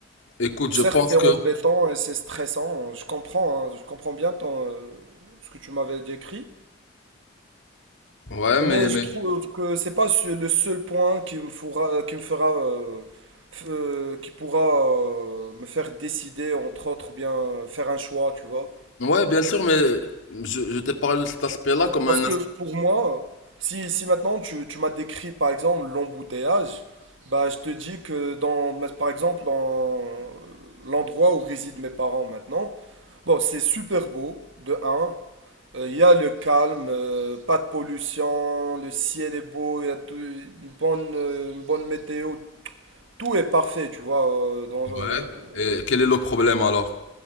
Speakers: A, on the left (about 70°); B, on the right (about 70°).
A: écoute,
B: Certes,
A: je pense
B: c'est
A: que,
B: embêtant et c'est stressant, hein. je comprends, hein, je comprends bien ton, euh, ce que tu m'avais décrit,
A: ouais, mais,
B: mais
A: mais,
B: je trouve que c'est pas su- le seul point qui me fera, qui me fera, euh, f- euh, qui pourra euh, me faire décider, entre autres, ou bien faire un choix, tu vois.
A: ouais, bien sûr, mais je, je t'ai parlé de cet aspect-là comme
B: Parce
A: un
B: que pour moi, si, si maintenant tu, tu m'as décrit, par exemple, l'embouteillage, bah, je te dis que dans, par exemple, dans l'endroit où résident mes parents maintenant, Bon, c'est super beau, de un Euh, Il y a le calme, euh, pas de pollution, le ciel est beau, il y a tout- une bonne, euh, une bonne météo, tout est parfait, tu vois, euh, dans,
A: Ouais.
B: euh,
A: Et quel est le problème alors?